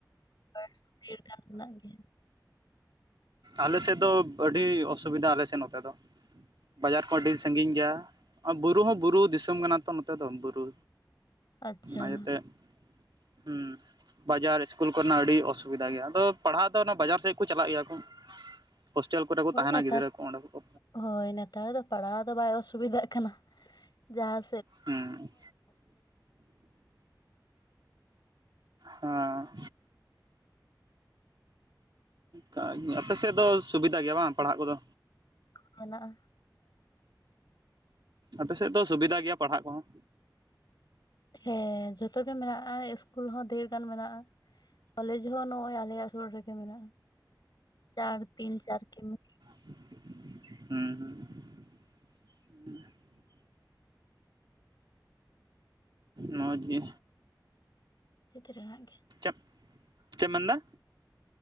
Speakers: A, on the left (about 70°); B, on the right (about 75°).
A: <unintelligible> ᱵᱤᱨ ᱠᱟᱲ ᱢᱮᱱᱟᱜ ᱜᱮᱭᱟ᱾
B: ᱟᱞᱮᱥᱮᱫ ᱫᱚ ᱟᱹᱰᱤ ᱚᱥᱩᱵᱤᱫᱷᱟ ᱟᱞᱮᱥᱮᱱ ᱱᱚᱛᱮ ᱫᱚ᱾ ᱵᱟᱡᱟᱨ ᱠᱚ ᱟᱹᱰᱤ ᱥᱟᱺᱜᱤᱧ ᱜᱮᱭᱟ, ᱵᱩᱨᱩ ᱦᱚᱸ ᱵᱩᱨᱩ ᱫᱤᱥᱚᱢ ᱠᱟᱱᱟ ᱛᱚ ᱱᱚᱛᱮ ᱫᱚ ᱵᱩᱨᱩ
A: ᱟᱪᱪᱷᱟ
B: ᱟᱭᱳ ᱛᱮᱜ ᱦᱩᱸ ᱵᱟᱡᱟᱨ ᱤᱥᱠᱩᱞ ᱠᱚᱨᱮᱱᱟᱜ ᱟᱹᱰᱤ ᱚᱥᱩᱵᱤᱫᱟ ᱜᱮᱭᱟ, ᱟᱫᱚ ᱯᱟᱲᱦᱟᱜ ᱫᱚ ᱚᱱᱟ ᱵᱟᱡᱟᱨ ᱥᱮᱫ ᱠᱚ ᱪᱟᱞᱟᱜ ᱜᱮᱭᱟ ᱠᱚ᱾ ᱦᱳᱥᱴᱮᱞ ᱠᱚᱨᱮ ᱠᱚ
A: ᱦᱳᱭ
B: ᱛᱟᱦᱮᱸᱱᱟ
A: ᱱᱮᱛᱟᱨ
B: ᱜᱤᱫᱽᱨᱟᱹ ᱠᱚ ᱚᱸᱰᱮ ᱠᱚ
A: ᱦᱳᱭ ᱱᱮᱛᱟᱨ ᱫᱚ ᱯᱟᱲᱦᱟᱣ ᱫᱚ ᱵᱟᱭ ᱚᱥᱩᱵᱤᱫᱟᱜ ᱠᱟᱱᱟ, ᱡᱟᱦᱟ
B: ᱦᱮᱸ᱾ ᱦᱮᱸ᱾ ᱠᱟᱜᱮ, ᱟᱯᱮ ᱥᱮᱫ ᱫᱚ ᱥᱩᱵᱤᱫᱟ ᱜᱮᱭᱟ ᱵᱟᱝ ᱯᱟᱲᱦᱟᱜ ᱠᱚᱫᱚ?
A: <inaudible> ᱦᱮᱱᱟᱜᱼᱟ᱾
B: ᱟᱯᱮ ᱥᱮᱫ ᱫᱚ ᱥᱩᱵᱤᱫᱟ ᱜᱮᱭᱟ ᱯᱟᱲᱦᱟᱜ ᱠᱚᱦᱚᱸ᱾
A: ᱦᱮᱸ ᱡᱷᱚᱛᱚ ᱜᱮ ᱢᱮᱱᱟᱜᱼᱟ ᱤᱥᱠᱩᱞ ᱦᱚᱸ ᱰᱷᱮᱨ ᱜᱟᱱ ᱢᱮᱱᱟᱜᱼᱟ᱾ ᱠᱚᱞᱮᱡ ᱦᱚᱸ ᱱᱚᱜᱼᱚᱭ ᱟᱞᱮᱭᱟᱜ ᱥᱩᱨ ᱨᱮᱜᱮ ᱢᱮᱱᱟᱜᱼᱟ, ᱪᱟᱨ ᱛᱤᱱ ᱪᱟᱨ ᱠᱮᱢᱤ
B: ᱦᱩᱸ ᱦᱩᱸ ᱦᱩᱸ᱾ ᱢᱚᱡ ᱜᱤ᱾
A: ᱪᱮᱛᱮ ᱨᱮᱱᱟᱜ ᱜᱮ
B: ᱪᱮᱯ ᱪᱮᱢ ᱢᱮᱱᱫᱟ?